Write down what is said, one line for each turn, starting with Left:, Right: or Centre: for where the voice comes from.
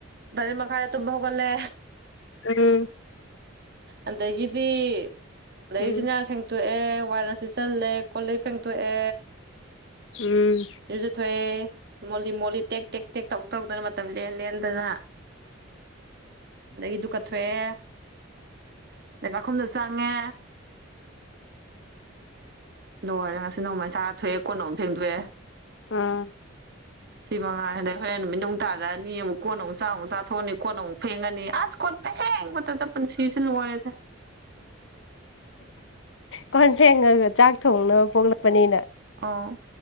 Right: ꯇꯔꯦꯠ ꯃꯈꯥꯏꯗ ꯇꯨꯝꯕ ꯍꯧꯒꯠꯂꯦ꯫
Left: ꯀꯔꯤ꯫
Right: ꯑꯗꯒꯤꯗꯤ ꯑꯗꯗꯒꯤꯆꯤꯟꯅꯥꯥꯛ
Left: ꯎꯝ
Right: ꯁꯦꯡꯗꯣꯛꯑꯦ ꯋꯥꯠꯅꯁꯤꯤ ꯆꯜꯂꯦ ꯀꯂꯩ ꯐꯦꯡꯗꯣꯛꯦ
Left: ꯎꯝ
Right: ꯌꯨꯁꯨ ꯊꯣꯛꯑꯦ ꯃꯣꯜꯂꯤ ꯃꯣꯜꯂꯤ ꯇꯦꯛ ꯇꯦꯛ ꯇꯦꯛ ꯇꯧ ꯇꯧꯗꯅ ꯃꯇꯝ ꯂꯦꯟ ꯂꯦꯟꯗꯅ
Left: ꯑ
Right: ꯑꯗꯒꯤꯗꯨ ꯀꯊꯋꯦ ꯆꯥꯛꯈꯨꯝꯗꯣ ꯆꯪꯉꯦ ꯂꯣꯏꯔꯦ ꯉꯁꯤ ꯅꯣꯡꯃꯩ ꯆꯥꯔ ꯊꯣꯛꯑꯦ ꯀꯣꯟ ꯅꯣꯡꯃ ꯐꯦꯡꯗꯣꯛꯑꯦ
Left: ꯑꯥ
Right: ꯁꯤ ꯃꯉꯥ ꯍꯗꯩ ꯍꯣꯔꯦꯟ ꯅꯨꯃꯤꯠ ꯅꯨꯡꯛ ꯇꯥꯔꯛꯑꯅꯤ ꯑꯃꯨꯛ ꯀꯣꯟꯅ ꯑꯃꯨꯛ ꯆꯥꯃꯨꯛ ꯆꯥꯊꯣꯛꯑꯅꯤ ꯀꯣꯟꯅ ꯑꯃꯨꯛ ꯐꯦꯡꯉꯅꯤ ꯑꯁ ꯀꯣꯠ ꯍꯕ ꯃꯇꯝꯗꯟꯁꯤꯖꯟꯅꯨꯡ ꯋꯥꯔꯤꯔꯦꯗ
Left: ꯀꯣꯟ ꯐꯦꯡꯉꯒ ꯆꯥꯛ ꯊꯣꯡꯅꯕ ꯄꯣꯛꯂꯛꯄꯅꯤꯅ
Right: ꯑ